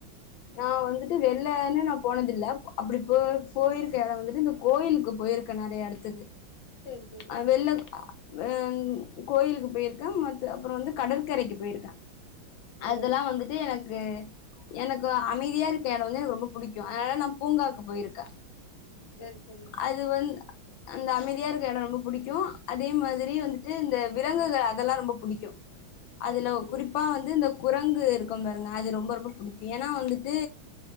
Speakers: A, on the left; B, on the left.
A: நா வந்துட்டு வெள்ளன்னு நா போனதில்ல அப்டி போ போயிருக்க இடோ வந்துட்டு இந்த கோயிலுக்கு போயிருக்கே நறைய இடத்துக்கு
B: சேரி சேரி
A: அ வெள்ள அ கோயிலுக்கு போயிருக்கே மத்த அப்புற வந்து கடற்கரைக்கு போயிருக்கே
B: ஓ
A: அதெல்லா வந்துட்டு எனக்கு எனக் அமைதியா இருக்க இட வந்து எனக்கு ரொம்ப புடிக்கு அதனால நா பூங்காவுக்கு போயிருக்கே
B: செரி செரி
A: அது வந் அந்த அமைதியா இருக்க இட ரொம்ப புடிக்கு அதே மாதிரி வந்துட்டு இந்த விலங்குகள் அதெல்லா ரொம்ப புடிக்கு
B: சரி
A: அதுல
B: சரி
A: குறிப்பா வந்து இந்த குரங்கு இருக்கு பாருங்க அது ரொம்ப ரொம்ப புடிக்கு ஏன்னா வந்துட்டு